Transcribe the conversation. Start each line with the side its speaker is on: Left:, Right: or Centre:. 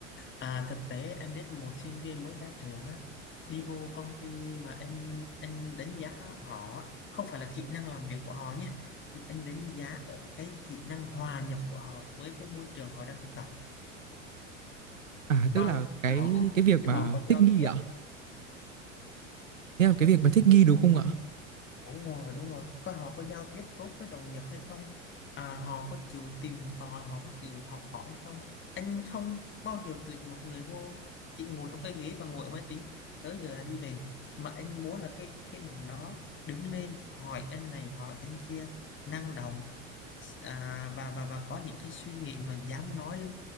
Left: À, thực tế em biết một sinh viên mới ra trường á đi vô công ty mà anh anh đánh giá họ á, không phải là kỹ năng làm việc của họ nhé mà anh đánh giá ở cái kỹ năng hòa nhập của họ với cái môi trường họ đang thực tập
Right: À tức
Left: coi
Right: là cái
Left: họ
Right: cái việc mà
Left: họ có giao
Right: thích nghi
Left: tiếp
Right: ạ. Thế là cái việc mà thích nghi đúng không ạ?
Left: Đúng rồi, đúng rồi. Coi họ có giao tiếp tốt với đồng nghiệp hay không? À, họ có chịu tìm tòi, họ có chịu học hỏi hay không? Anh không bao giờ tuyển một người vô chỉ ngồi trong cái ghế và ngồi ở máy tính tới giờ là đi về. Mà anh muốn là cái cái bạn đó đứng lên hỏi anh này, hỏi anh kia, năng động à, và và và có những cái suy nghĩ mà dám nói,